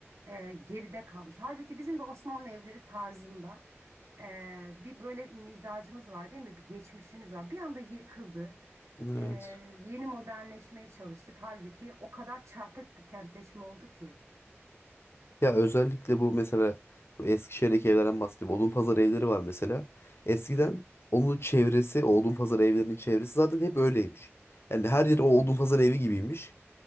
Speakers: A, on the right (about 80°); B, on the left (about 60°).
A: e, geride kalmış. Halbuki bizim de Osmanlı evleri tarzında e, bir böyle mizacımız var değil mi? Bir geçmişimiz var. Bir anda yıkıldı.
B: Evet.
A: E, yeni modernleşmeye çalıştık. Halbuki o kadar çarpık bir kentleşme oldu ki.
B: Ya özellikle bu mesela bu Eskişehir'deki evlerden bahsedeyim. Odunpazarı evleri var mesela. Eskiden onun çevresi, o Odunpazarı evlerinin çevresi zaten hep öyleymiş. Yani her yer o Odunpazarı evi gibiymiş.